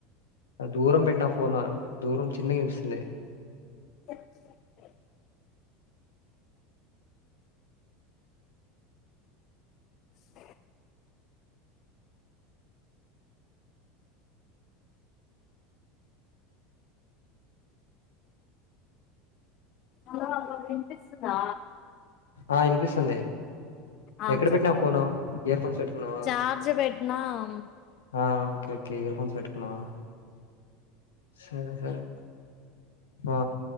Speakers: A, on the left; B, on the left.
A: దూరం పెట్టినా ఫోను దూరం చిన్న వినిపిస్తుంది
B: టెన్త్ సర్టిఫికెట్ స అద అబ అపిస్తుందా
A: ఆ అనిపిస్తుంది
B: ఆ
A: ఎక్కడ పెట్టినా
B: చెప్పు
A: ఫను ఇయర్ ఫోన్స్ పెట్టుకున్నావా
B: చార్జ్ పెట్టినా ఉమ్,
A: ఆ ఓకే ఓకే ఇయర్ఫోన్స్ పెట్టుకున్నావా సరే సరే ఆ